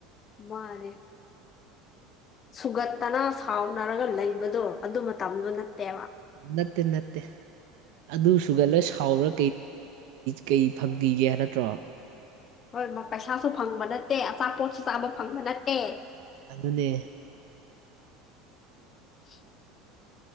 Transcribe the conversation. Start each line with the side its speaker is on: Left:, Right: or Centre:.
Left: ꯃꯥꯅꯦꯦ ꯁꯨꯒꯠꯇꯅ ꯁꯥꯎꯅꯔꯒ ꯂꯩꯕꯗꯣ ꯑꯗꯨ ꯃꯇꯝꯗꯣ ꯅꯠꯇꯦꯕ
Right: ꯅꯠꯇꯦ ꯅꯠꯇꯦ ꯑꯗꯨ ꯁꯨꯒꯂ ꯁꯥꯎꯔ ꯀꯩ ꯐꯪꯈꯤꯒꯦ ꯍꯥꯏ ꯅꯠꯇ꯭ꯔꯣ
Left: ꯍꯣꯏ ꯄꯩꯁꯥꯁꯨ ꯐꯪꯕ ꯅꯠꯇꯦ ꯑꯆꯥꯄꯣꯠꯁꯨ ꯆꯥꯕ ꯐꯪꯕ ꯅꯠꯇꯦ
Right: ꯑꯉꯅꯦ
Left: <unintelligible>